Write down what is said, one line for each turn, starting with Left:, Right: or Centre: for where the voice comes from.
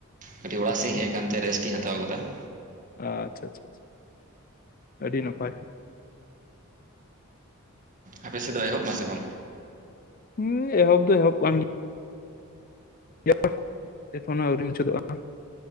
Right: ᱠᱟᱹᱴᱤᱡ
Left: ᱟᱪᱪᱷᱟ
Right: ᱚᱲᱟᱜ ᱥᱮᱫ ᱤᱧ ᱦᱮᱡ ᱟᱠᱟᱱ ᱛᱮ ᱨᱮᱥᱴ ᱤᱧ ᱦᱟᱛᱟᱣ ᱟᱠᱟᱫᱟ ᱾
Left: ᱟᱪᱪᱷᱟ ᱟᱪᱪᱷᱟ ᱟᱹᱰᱤ ᱱᱟᱯᱟᱭ ᱾
Right: ᱟᱯᱮ ᱥᱮᱫ ᱫᱚ ᱮᱦᱚᱵ ᱮᱱᱟ ᱥᱮ ᱵᱟᱝ?
Left: ᱦᱩᱸ ᱮᱦᱚᱵ ᱫᱚ ᱮᱦᱚᱵ ᱠᱟᱱ ᱟᱨ ᱮᱠᱷᱚᱱᱚ ᱟᱹᱣᱨᱤ ᱢᱩᱪᱟᱹᱫᱚᱜᱼᱟ ᱛᱚ ᱾